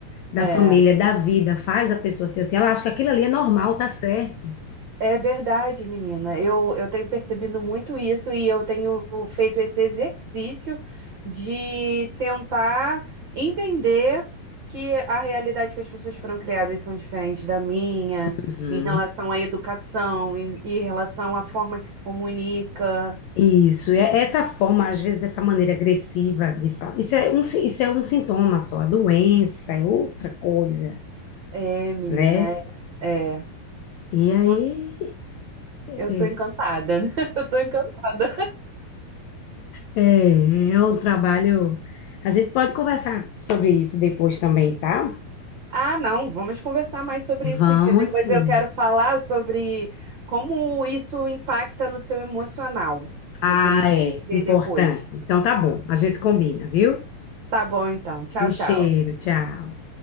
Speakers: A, on the left; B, on the right.
A: da
B: É,
A: família, da vida, faz a pessoa ser assim. Ela acha que aquilo ali é normal, tá certo.
B: é verdade, menina. Eu, eu tenho percebido muito isso e eu tenho feito esse exercício de tentar entender que a realidade que as pessoas foram criadas são diferentes da minha,
A: Uhum.
B: em relação à educação, em, em relação à forma que se comunica.
A: Isso, e é- essa forma, às vezes, essa maneira agressiva de falar, isso é um, si- isso é um sintoma só, a doença é outra coisa,
B: É, menina,
A: né?
B: é. é.
A: E aí,
B: Nossa,
A: é,
B: eu tô encantada. <laughs> Eu tô encantada.
A: é, é um trabalho, a gente pode conversar sobre isso depois também, tá?
B: Ah, não, vamos conversar mais sobre
A: Vamos
B: isso, sim, porque depois
A: sim.
B: eu quero falar sobre como isso impacta no seu emocional. Eu
A: Ah,
B: queria
A: é,
B: entender
A: importante.
B: depois.
A: Então tá bom, a gente combina, viu?
B: Tá bom, então. Tchau,
A: Um cheiro,
B: tchau.
A: tchau.